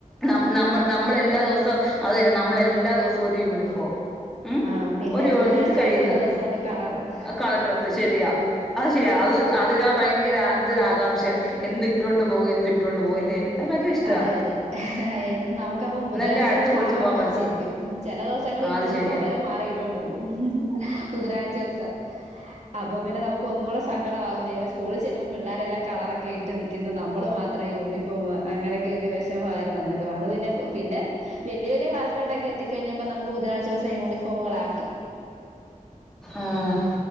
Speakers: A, in the centre; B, on the right.
A: നമ് നമ്മൾ നമ്മളെല്ലാദിവസോം അതന്നെ നമ്മളെല്ലാ ദിവസവും ഒരു യൂണിഫോം. ഉം
B: ആ പിന്നെ
A: ഒരു യൂണിവേഴ്സിറ്റി
B: ബുധനാഴ്ച
A: കഴിയുന്ന
B: ദിവസം ഒരു ദിവസമുണ്ട് കളറ്
A: അത് കളർ ഡ്രസ്സ് ശെരിയാ. അഹ് ശരിയ അഹ് അത് താ ഭയങ്കര എന്തൊരുകാംക്ഷ എന്തിട്ടോണ്ട് പോകും എന്തിട്ടോണ്ട് പോകും ല്ലേ? അത് ഭയങ്കര ഇഷ്ടാ.
B: അതെ അതെ എന്നും നമുക്കപ്പം ബുധനാഴ്ച
A: ദിവസം
B: ദിവസാവാൻ
A: ആവാൻ
B: കൊതിച്ചിരിക്കും. ചെല ദിവസങ്ങള്
A: ചില
B: യൂണിഫോം
A: ദിവസങ്ങള്
B: വരെ മാറിയിട്ടോണ്ട് പോ ബുധനാഴ്ചവസം അപ്പം പിന്നെ നമുക്ക് ഒന്നൂടെ സങ്കടാവും ദേവെ സ്കൂളി ചെല്ലുമ്പോ പിള്ളേരെല്ലാം കളറൊക്കെ ഇട്ട് നിക്കുന്നു നമ്മള് മാത്രം യൂണിഫോമ് അങ്ങനെക്കെ ഒരു വെ ഷമായിരുന്നു അന്നൊക്കെ അത് പിന്നെ പിന്നെ വല്ല്യ വല്ല്യ ക്ലാസിലോട്ടൊക്കെ എത്തിക്കഴിഞ്ഞപ്പോ നമുക്ക് ബുധനാഴ്ച്ചോസം യൂണഫോമുകളാ.
A: ആഹ്.